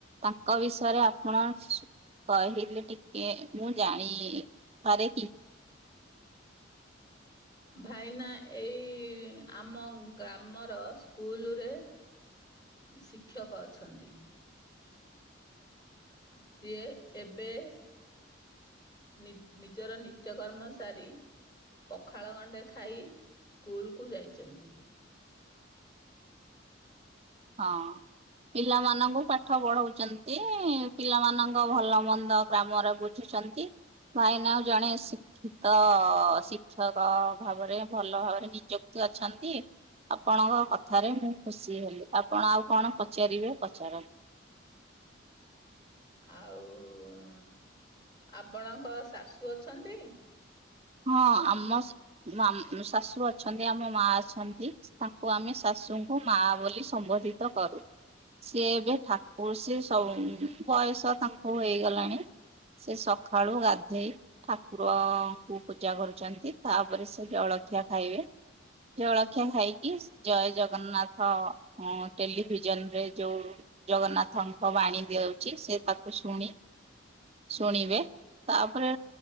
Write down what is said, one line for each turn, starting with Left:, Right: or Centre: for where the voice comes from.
Right: ତାଙ୍କ ବିଷୟରେ ଆପଣ କହିଲେ ଟିକେ ମୁଁ ଜାଣି ପାରେ କି?
Left: ଭାଇନା ଏଇ ଆମ ଗ୍ରାମର ସ୍କୁଲୁରେ ଶିକ୍ଷକ ଅଛନ୍ତି। ସିଏ ଏବେ, ନି ନିଜର ନିତ୍ୟକର୍ମ ସାରି ପଖାଳ ଗଣ୍ଡେ ଖାଇ ସ୍କୁଲକୁ ଯାଇଚନ୍ତି।
Right: ହଁ। ପିଲାମାନଙ୍କୁ ପାଠ ପଢଉଚନ୍ତି। ପିଲାମାନଙ୍କ ଭଲ ମନ୍ଦ ଗ୍ରାମର ବୁଝୁ ନ୍ତି ଭାଇନା ଆଉ ଜଣେ
Left: ହଁ,
Right: ଶିକ୍ଷିତ ତ ଶିକ୍ଷକ ଭାବରେ ଭଲ ଭାବରେ ନିଯୁକ୍ତି ଅଛନ୍ତି। ଆପଣଙ୍କ କଥାରେ ମୁଁ ଖୁସି ହେଲି। ଆପଣ ଆଉ କଣ ପଚାରିବେ ପଚାର
Left: ଆଉ ଉଁ ଆପଣଙ୍କ ଶାଶୁ ଅଛନ୍ତି?
Right: ହଁ ଆମ ମ ଶାଶୁ ଅଛନ୍ତି, ଆମ ମା ଅଛନ୍ତି, ତାଙ୍କୁ ଆମେ ଶାଶ ଶାଶୁଙ୍କୁ ମା ବୋଲି ସମ୍ବୋଧିତ କରୁ। ସିଏ ଏବେ ଠାକୁର ସି ସବୁ ବୟସ ତାଙ୍କୁ ହେଇଗଲାଣି। ସେ ସଖାଳୁ ଗାଧେଇ ଠାକୁର କୁ ପୂଜା କରୁଛନ୍ତି, ତାପରେ ସେ ଜଳଖିଆ ଖାଇବେ। ଜଳଖିଆ ଖାଇକି ଜୟ ଜଗନ୍ନାଥ ଟେଲିଭିଜନରେ ଯୋଉ ଜଗନ୍ନାଥଙ୍କ ବାଣୀ ଦିଆଉଛି ସେ ତାକୁ ଶୁଣି ଶୁଣିବେ, ତାପରେ